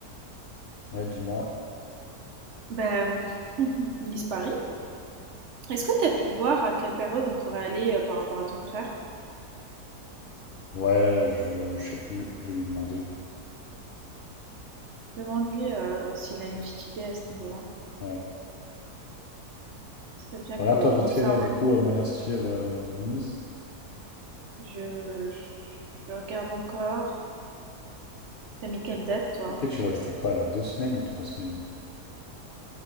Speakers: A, on the left (about 80°); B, on the right (about 60°).
A: Ouais, dis-moi.
B: Ben, Miss Paris, est-ce que tu as pu voir à quelle période on pourrait aller euh, par rapport à ton frère?
A: Ouais, je, je sais plus, je vais lui demander.
B: Demande-lui euh, s'il a une petite idée à ce niveau-là.
A: Ouais.
B: Ce serait bien
A: Regarde-toi
B: que,
A: vite
B: bon,
A: fait
B: ça,
A: là, du coup, euh, Monastir euh, Nice.
B: on- je, je, je regarde encore. T'as mis quelle date, toi?
A: Après, tu vas rester quoi là? Deux semaines ou trois semaines?